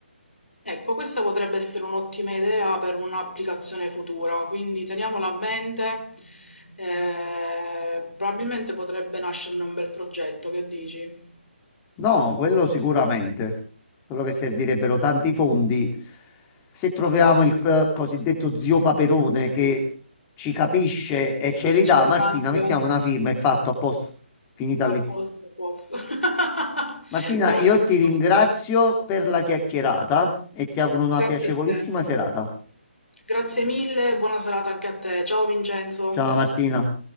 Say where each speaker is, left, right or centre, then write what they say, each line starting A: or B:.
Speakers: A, on the left; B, on the left.
A: Ecco, questa potrebbe essere un'ottima idea per un'applicazione futura, quindi teniamola a mente. eh, probabilmente potrebbe nascerne un bel progetto, che dici?
B: No, quello sicuramente. Quello che servirebbero tanti fondi. Se troviamo il eh, cosiddetto zio Paperone che ci capisce e ce
A: Specificante.
B: li dà, Martina, mettiamo una firma e fatto a posto. Finita
A: A
B: lì.
A: posto, a posto. <laughs>
B: Martina,
A: Sono
B: io
A: d'accordo.
B: ti ringrazio per la chiacchierata e ti auguro una
A: Grazie
B: piacevolissima
A: a te.
B: serata.
A: Grazie mille, buona serata anche a te. Ciao Vincenzo.
B: Ciao Martina.